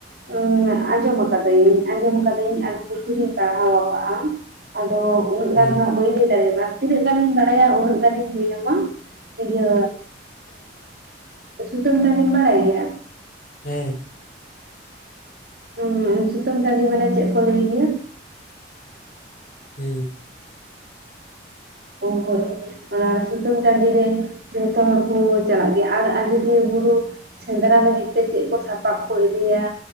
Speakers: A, on the right; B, on the left.
A: ᱩᱸ ᱟᱸᱡᱚᱢ ᱟᱠᱟᱫᱟᱹᱧ ᱟᱸᱡᱚᱢ ᱟᱠᱟᱫᱟᱹᱧ ᱟᱨ ᱯᱩᱛᱷᱤ ᱨᱤᱧ ᱯᱟᱲᱦᱟᱣ ᱟᱠᱟᱫ-ᱟ ᱾ ᱟᱫᱚ ᱩᱱᱟᱹᱜ
B: ᱦᱩᱸ
A: ᱜᱟᱱ ᱫᱚ ᱦᱟᱸᱜ ᱵᱟᱹᱧ ᱞᱟᱹᱭ ᱫᱟᱲᱮᱭᱟᱜ-ᱟ ᱾ ᱛᱤᱱᱟᱹᱜ ᱜᱟᱱ ᱤᱧ ᱵᱟᱲᱟᱭᱟ ᱩᱱᱟᱹᱜ ᱜᱟᱱ ᱤᱧ ᱞᱟᱹᱭ ᱟᱢᱟ ᱾ <inaudible> ᱤᱭᱟᱹ ᱟᱨ <inaudible> ᱥᱩᱛᱟᱹᱢ ᱴᱟᱺᱰᱤᱢ ᱵᱟᱲᱟᱭ ᱜᱮᱭᱟ?
B: ᱦᱮᱸ ᱾
A: ᱦᱩᱸ ᱥᱩᱛᱟᱹᱱ ᱴᱟᱺᱰᱤ ᱢᱟᱱᱮ ᱪᱮᱫ ᱠᱚ ᱞᱟᱹᱭ ᱜᱮᱭᱟ?
B: ᱦᱮᱸ ᱾
A: ᱚ ᱦᱳᱭ ᱾ ᱚᱱᱟ ᱥᱩᱛᱟᱹᱢ ᱴᱟᱺᱰᱮ ᱡᱷᱚᱛᱚ ᱦᱚᱲ ᱠᱚ ᱪᱟᱞᱟᱜ ᱜᱮᱭᱟ ᱟᱨ ᱟᱡᱫᱤᱭᱟᱹ ᱵᱩᱨᱩ ᱥᱮᱸᱫᱽᱨᱟ ᱞᱟᱹᱜᱤᱫ ᱛᱮ ᱪᱮᱫ ᱠᱚ ᱥᱟᱯᱟᱵ ᱠᱚ ᱤᱫᱤᱭᱟ